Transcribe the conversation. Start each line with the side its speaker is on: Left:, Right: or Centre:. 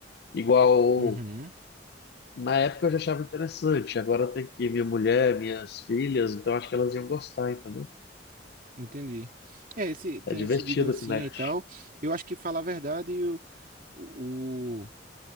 Left: igual
Right: Uhum.
Left: na época eu já achava interessante, agora tem que ir minha mulher, minhas filhas, então acho que elas iam gostar, entendeu?
Right: Entendi. É, esse tem
Left: É divertido
Right: esse de dancinha
Left: o Kinect.
Right: e tal. Eu acho que falar a verdade, o, o